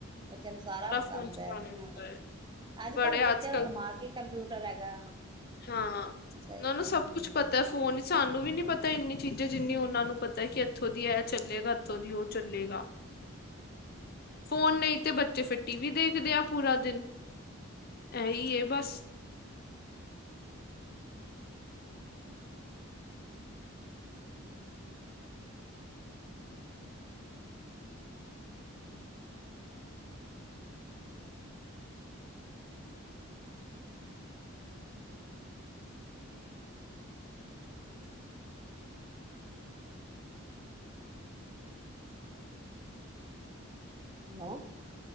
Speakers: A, on the right; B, on the left.
A: ਬੱਚਿਆਂ ਨੂੰ ਸਾਰਾ ਪਤਾਉਂਦਾ
B: ਫੋਨ ਚਲਾਉਣਾ
A: ਇਹਨਾਂ
B: ਆਉਂਦਾ
A: ਨੂੰ
B: ਹੈ
A: ਅੱਜ
B: ਬੜੇ
A: ਕੱਲ੍ਹ ਬੱਚਿਆਂ
B: ਕੱਲ
A: ਨੂੰ ਦਿਮਾਗ ਕੰਪਿਊਟਰ ਹੈਗਾ
B: ਹਾਂ,
A: ਤੇ
B: ਉਨਾਂ
A: ਹਮ
B: ਨੂੰ ਸਭ ਕੁਛ ਪਤੈ ਫੋਨ ਸਾਨੂੰ ਵੀ ਨੀ ਪਤੈ ਇੰਨੀ ਚੀਜ਼ਾਂ ਜਿੰਨੀ ਔਨਾਂ ਨੂੰ ਪਤੈ ਕਿ ਐਥੋਂ ਦੀ ਐ ਚੱਲੇਗਾ ਐਥੋ ਦੀ ਔ ਚੱਲੇਗਾ। ਫੋਨ ਨਹੀਂ ਤੇ ਬੱਚੇ ਫਿਰ ਟੀ ਵੀ ਦੇਖਦੇ ਆ ਪੂਰਾ ਦਿਨ ਐਹੀ ਏ ਬਸ।
A: ਹੈਲੋ